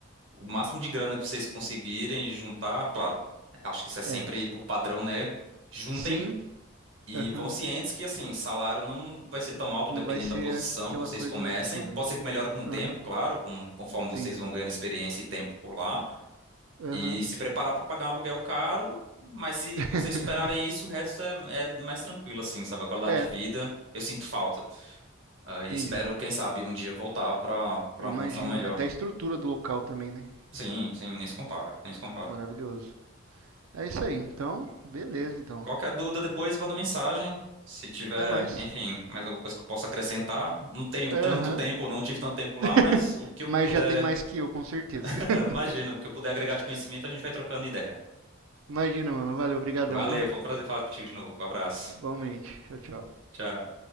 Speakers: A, on the right; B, on the right.
A: o máximo de grana que vocês conseguirem juntar, claro, acho que isso é
B: é,
A: sempre por padrão, né? Juntem
B: sim,
A: e
B: aham,
A: vão cientes que, assim, salário não vai ser tão alto
B: não
A: dependendo
B: vai ser
A: da posição
B: a- aquela
A: que vocês
B: coisa
A: comecem.
B: toda, né?
A: Pode ser que melhore com o
B: Aham,
A: tempo, claro, com- conforme vocês
B: entendi.
A: vão ganhando experiência e tempo por lá.
B: Aham,
A: E se preparar para pagar um aluguel caro, mas se
B: <laughs>
A: vocês superarem isso, o resto é, é mais tranquilo, assim, sabe? A qualidade
B: é,
A: de vida, eu sinto falta. Ah,
B: entendi.
A: e espero, quem sabe, um dia voltar para para
B: Eu
A: uma
B: imagino,
A: condição melhor.
B: até a estrutura do local também, né?
A: Sim, sim, nem se compara, nem se compara.
B: Maravilhoso. É isso aí, então, beleza, então.
A: Qualquer dúvida depois, manda mensagem. Se tiver,
B: É nóis.
A: enfim, mais alguma coisa que eu possa acrescentar. Não tenho
B: Aham,
A: tanto tempo, não tive tanto tempo lá,
B: <laughs>
A: mas o que eu
B: mas
A: puder,
B: já tem mais que eu, com certeza.
A: <laughs>
B: <laughs>
A: imagina, o que eu puder agregar de conhecimento, a gente vai trocando ideia.
B: Imagina, mano, valeu, obrigadão,
A: Valeu,
B: viu?
A: foi um prazer falar contigo de novo. abraço.
B: Igualmente. Tchau, tchau.
A: Tchau.